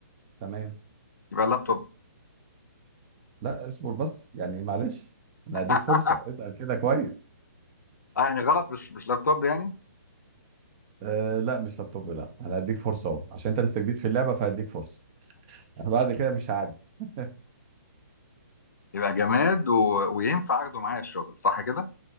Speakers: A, on the right; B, on the left.
A: تمام
B: يبقى اللابتوب
A: لا اصبر بس يعني معلش انا
B: <laughs>
A: هديك فرصة اسأل كده كويس
B: اه يعني غلط مش مش لابتوب يعني
A: آه لا مش لابتوب لا انا هديك فرصة اهو عشان انت لسه جديد في اللعبة فهديك فرصة <laughs> بعد كده مش هعدي <laughs>
B: يبقى جماد و... وينفع اخده معايا الشغل صح كده